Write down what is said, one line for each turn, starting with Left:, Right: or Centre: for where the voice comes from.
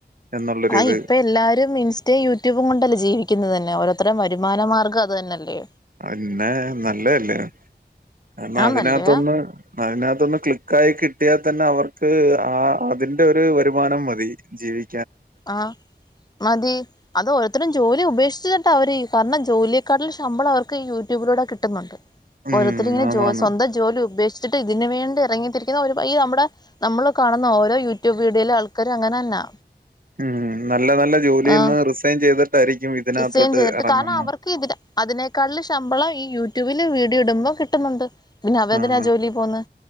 Right: എന്നുള്ളൊരിത്
Left: ആ ഇപ്പൊ എല്ലാരും ഇൻസ്റ്റയും യൂട്യൂബും കൊണ്ടല്ലേ ജീവിക്കുന്നത് തന്നെ ഓരോരുത്തരുടെയും വരുമാനമാർഗാത് ത് തന്നെല്ലേ
Right: അന്നെ നല്ലല്ലേ എന്നാ
Left: ആന്നല്ലേ
Right: അതിനത്തൊന്ന് അയിനാത്തൊന്ന് ക്ലിക്കായി കിട്ടിയാൽ തന്നെ അവർക്ക് ആ അതിന്റെ ഒരു വരുമാനം മതി ജീവി
Left: ആ മതി അത് ഓരുത്തരും ജോലി ഉപേക്ഷിച്ചിട്ടാ അവര് കാരണം ജോലിയെക്കാട്ടുള്ള ശമ്പളം അവർക്ക് യൂട്യൂബിലൂടെ കിട്ടുന്നുണ്ട്
Right: ഉം
Left: ഓരോത്തർ ഇങ്ങനെ
Right: ആന്നാന്ന്
Left: ജോ സ്വന്തം ജോലി ഉപേക്ഷി ട്ട് ഇതിനന് വേണ്ടി ഇറങ്ങിത്തിരിക്കുന്ന ഒരു ഈ നമ്മുടെ നമ്മള് കാണുന്ന ഓരോ യൂട്യൂബ് വീഡിയോയിലെ ആൾക്കാരും അങ്ങനെന്നാ
Right: മ് നല്ല നല്ല ജോലിയിന്ന്
Left: ആഹ്
Right: റിസൈൻ ചെയ്തിട് ായിരിക്കും ഇതിനകത്തോട്ട്
Left: റിസൈൻ ചെയ്തിട്ട്
Right: ഇറങ്ങുന്ന
Left: കാരണം അവർക്ക് ഇതിന് അതിനേക്കാളില് ശമ്പളം ഈ യൂട്യൂബില് വീഡിയോ ഇടുമ്പോം കിട്ടുന്നുണ്ട് പിന്നെ അവരെന്തിനാ
Right: ആഹ
Left: ജോലി പോവുന്നെ